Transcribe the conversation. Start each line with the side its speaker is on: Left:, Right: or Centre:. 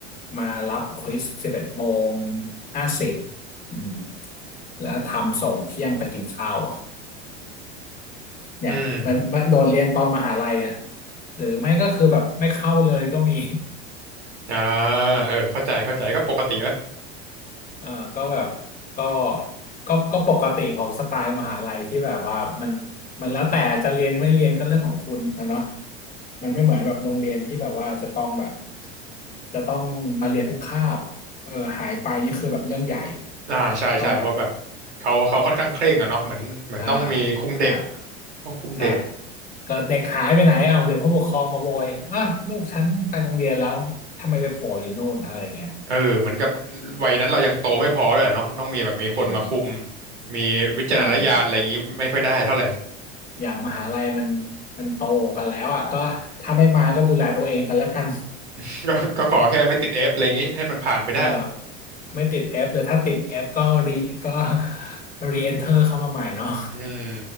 Left: มารับควิสสิบเอ็ดโมงห้าสิบอืมแล้วทำส่งเที่ยงไปกินข้าวเนี่ยมันมันโดนเรียนตอนมหาลัยอ่ะ
Right: อืม
Left: หรือไม่ก็คือแบบไม่เข้าเลยก็มี
Right: อ่าเออเข้าใจเข้าใจก็ปกติวะ
Left: เออก็แบบก็ก็ก็ปกติของสไตล์มหาลัยที่แบบว่ามันมันแล้วแต่จะเรียนไม่เรียนก็เรื่องของคุณนะเนาะมันไม่เหมือนแบบโรงเรียนที่แบบว่าจะต้องแบบจะต้องมาเรียนทุกคาบเออหายไปนี่คือแบบเรื่องใหญ่
Right: อ่าใช่ใช่เพราะแบบ
Left: เพราะแบบ
Right: เขาเขาค่อนข้างเคร่งอะเนาะเหมือนเหมือนต้องมีคุมเด็ก
Left: อ่าใช่
Right: ต้องคุมเด็ก
Left: ใช่ก็เด็กหายไปไหนเอาเดี๋ยวผู้ปกครองมาโวยอ่ะลูกฉันไปโรงเรียนแล้วทำไมไปโผล่อยู่โน่นอะไรเงี้ย
Right: เออเหมือนกับวัยนั้นเรายังโตไม่พอเลยแหละเนาะต้องมีแบบมีคนมาคุม
Left: เออ
Right: มีวิจารณญาณอะไรอย่างงี้ไม่ค่อยได้เท่าไหร่
Left: อย่าง อย่างมหาลัยมันมันโตกันแล้วอ่ะก็ถ้าไม่มาก็ดูแลตัวเองกันแล้วกัน
Right: <laughs> ก็ก็ขอแค่ไม่ติดเอฟอะไรอย่างงี้ให้มันผ่านไปได้
Left: เอ่อไม่ติดแอปเลยถ้าติดแอปก็รีก็ <laughs> รีเอนเทอร์เข้ามาใหม่เนาะ
Right: อืม